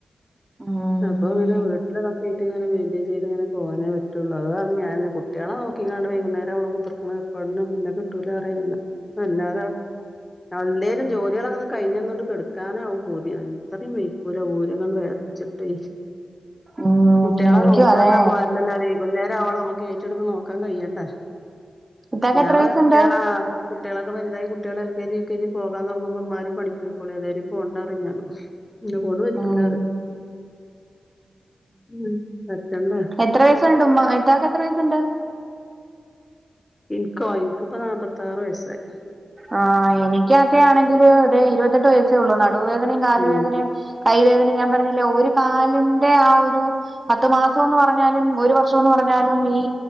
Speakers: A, on the right; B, on the left.
A: ഉം
B: അപ്പൊ ഇങ്ങനെ വീട്ടിലൊക്കെ ആക്കീട്ടിങ്ങനെ മെയ്ന്റെയ്ൻ ചെയ്ത്ങ്ങനെ പോവാനേ പറ്റുള്ളൂ അത് പറിം ഞാന് കുട്ട്യളെ നോക്കിക്കാണ്ട് വൈകുന്നേരം അവോളം കുത്തർക്ക്ന്നഎർപ്പാടിനൊന്നും ഇന്നെ കിട്ടൂല പറിം ഞാന് അല്ലാതെ. എന്തേലും ജോല്യളൊക്കൊന്ന് കഴ്ഞ്ഞൊന്ന്ട്ട് കെട്ക്കാനാവും പൂതി അത്രയും വയ്ക്കൂല ഊര വേദൻച്ചിട്ടെ
A: ഉം
B: കുട്ട്യളെ
A: എനിക്കും
B: നോക്കാർ
A: അതെ
B: ഞ്ഞ പോരല്ലോ വൈ ക്കുന്നേരം ആവോളം നമ്ക്ക് ഏറ്റെ ട്‌ നോക്കാൻ കയ്യണ്ടേ
A: ഇത്താക്ക്
B: ഞാൻ
A: എത്ര
B: വേറെ
A: വയസുണ്ട്
B: കുട്ട്യാളാ കുട്ട്യാളൊക്കെ വൽതായി കുട്ട്യാള് L K G U K G പോവാൻ തൊട്‌ങ്ങുമ്പോ മ്മാരും പണിക്കോയ്ക്കോളി അല്ലാതെ പോണ്ടാറിം ഞാൻ. ഇന്നേ കൊണ്ട് പറ്റൂലറിം
A: ഉം
B: മ് പറ്റണ്ടേ.
A: എത്രാസുണ്ട് ഉമ്മാ ഇത്താക്ക് എത്ര സുണ്ട്?
B: ഇൻക്കോ ഇൻക്കിപ്പോ നാല്പത്താറ് വയസ്സായിണ്.
A: ആ എനിക്കൊക്കെയാണെങ്കില് അത ഇരുപത്തെട്ട് വയസെയൊള്ളൂ നടുവേദനയും കാലുവേദനയും
B: ഉം
A: കൈവേദന ഞാൻ പർഞ്ഞില്ലേ ഒരു കാലിന്റെ ആ ഒരു പത്ത് മാസോന്ന്പർഞ്ഞാലും ഒരു വർഷോന്ന് പർഞ്ഞാലും ഈ